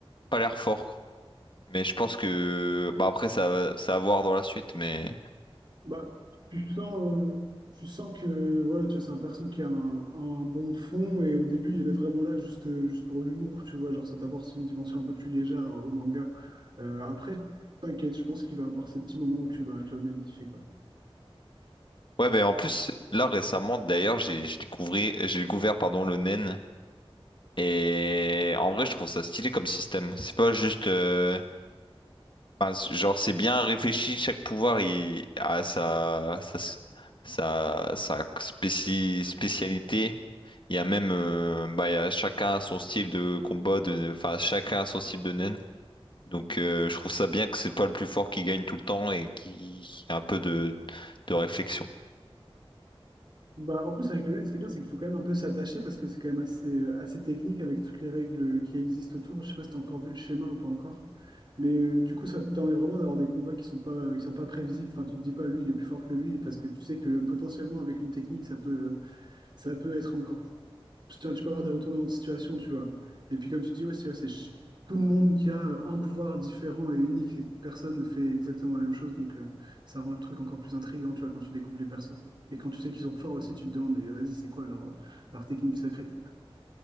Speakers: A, on the left (about 55°); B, on the right (about 50°).
A: pas l'air fort. Mais je pense que bah après ça va- ça à voir dans la suite mais
B: Bah, tu sens, euh, tu sens que voilà, tu vois, c'est un perso qui a un, un bon fond et au début il est vraiment là juste, euh, juste pour l'humour, tu vois, genre ça t'apporte une dimension un peu plus légère au manga. Euh, après, t'inquiète, je pense qu'il va avoir ces petits moments où tu vas, tu vas bien le kiffer, quoi.
A: ouais mais en plus là récemment d'ailleurs j'ai j'ai découvert j'ai découvert pardon le nen et en vrai je trouve ça stylé comme système c'est pas juste euh, enfin, c- genre c'est bien réfléchi chaque pouvoir il a sa sa sa, sa spéci- spécialité il y a même euh, bah il y a chacun son style de combat de enfin chacun son style de nen Donc euh, je trouve ça bien que c'est pas le plus fort qui gagne tout le temps et qui a un peu de, de réflexion.
B: Bah, en plus, avec le LAN, ce qui est bien, c'est qu'il faut quand même un peu s'attacher parce que c'est quand même assez, euh, assez technique avec toutes les règles qui existent autour. Je sais pas si tu as encore vu le schéma ou pas encore. Mais euh, du coup, ça te permet vraiment d'avoir des combats qui sont pas, euh, qui sont pas prévisibles. Enfin, tu te dis pas, lui, il est plus fort que lui parce que tu sais que potentiellement, avec une technique, ça peut, ça peut être encore tu vois, tu peux avoir des retournements de situation, tu vois. Et puis, comme tu dis, ouais, c'est c'est ch- tout le monde qui a euh, un pouvoir différent et unique, et personne ne fait exactement la même chose. Donc, euh, ça rend le truc encore plus intriguant, tu vois, quand tu découvres les persos. Et quand tu sais qu'ils sont forts aussi, tu te demandes, mais vas-y, c'est quoi leur, euh, leur technique secrète?